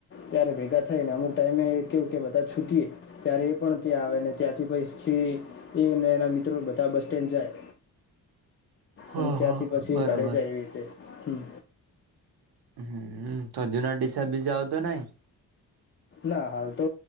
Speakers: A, on the left; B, on the right.
A: ત્યારે ભેગા થઈ ને અમુક ટાઈમે કેવું કે બધા છૂટીએ ત્યારે એ પણ ત્યાં આવેને ત્યાંથી પછથી એ એના મિત્રો બ બસ સ્ટેન્ડ જાય
B: હા
A: અને ત્યાંથી
B: હા
A: પછી
B: બરોબર
A: ઘરે જાય, એવી રીતે હમ
B: હ સજુના ડીસા બી જાઉ તો નાઈ
A: ના હાલ તો